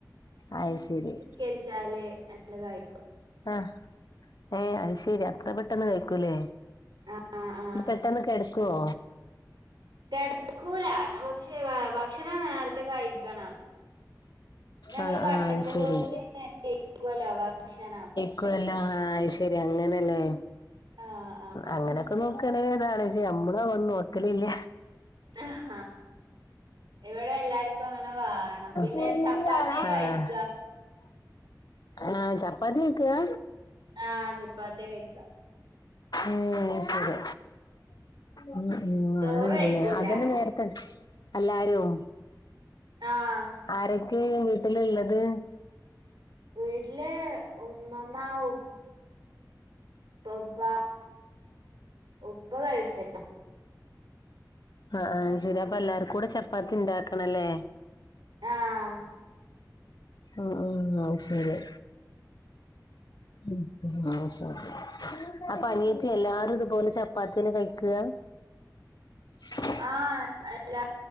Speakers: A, on the left; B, on the right.
A: അയ്ശരി
B: കരിച്ചാല് ആണ്ട് കഴിക്കും
A: ആഹ് ഏയ് അയ്ശരി അത്ര പെട്ടെന്ന് കഴിക്കൂലേ?
B: ആഹ് ആഹ്
A: പെട്ടന്ന് കെടക്കുവോ
B: കെടക്കൂല പക്ഷേ ഭക്ഷണം നേരത്തെ കഴിക്കണം ഞമ്മൾ
A: ആഹ്
B: കടക്കുമ്പോതിന്
A: ആഹ് അത് ശരി
B: ദഹിക്കൊല്ലോ ഭക്ഷണം
A: ക്കല്ല ആഹ് ശരി അങ്ങനെല്ലേ
B: ആഹ് ആഹ്
A: അങ്ങനെയൊക്കെ നോ ക്കണേതാണ് പക്ഷെ നമ്മളതോന്നും നോക്കലില്ല.
B: ആഹ ഇവിടെ എല്ലാർക്കും അങ്ങനെ വാണ ണം പിന്നെ
A: ഉം
B: ചപ്പാത്തിയ കഴിക്ക
A: ആഹ് ആഹ് ചപ്പാത്തിയ കഴിക?
B: ആഹ് ചപ്പാത്തി കഴിക്ക
A: ഏഹ് ശരി ഉം ഉം
B: ചോറ്
A: അങ്ങനെണ്ടല്ലേ
B: കഴിക്കൂല
A: അതന്നെ നേരത്തെ എല്ലാരും.
B: ആഹ്
A: ആരൊക്കെ വീട്ടിലുള്ളത്
B: വീട്ടില് ഉമ്മമ്മ ഉപ്പ ഉപ്പപ്പ ഉപ്പ ഗൾഫില
A: ആഹ് ശരി അപ്പൊ എല്ലാർക്കുടെ ചപ്പാത്തി ഉണ്ടാക്കണല്ലേ
B: ആഹ്
A: ആഹ് ആഹ് ആഹ്ശേരി
B: <inaudible>
A: ഉം മാഷാഅല്ലാഹ്‌ അപ്പൊ അനിയത്തി എല്ലാരും ഇതുപോലെ ചപ്പാത്തിയന്നെ കഴിക്ക <unintelligible>
B: ആഹ് ല്ല